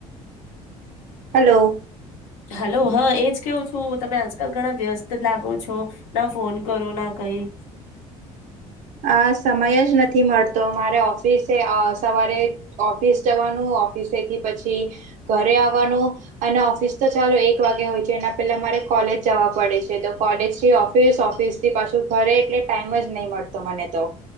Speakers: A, on the right (about 45°); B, on the left (about 75°).
A: હલો
B: હલો હા એજ કેવું છું તમે આજકાલ ઘણા વ્યસ્ત લાગો છો ના ફોન કરો ના ક ઈ
A: આ સમય જ નથી મળતો અમારે ઓફિસે આવ સવારે ઓફિસ જવાનું ઓફિસ તઇ થી પછી ઘરે આવાનું અને ઓફિસ તો ચાલો એક વાગે હોય છે એના પેલા અમારે કોલ લેજ જવા પડે છે તો કોલેજથી ઓફિસ ઓફિસ થી પાછું ઘરે એટલે ટાઈમ જ નહી મળતો મને તો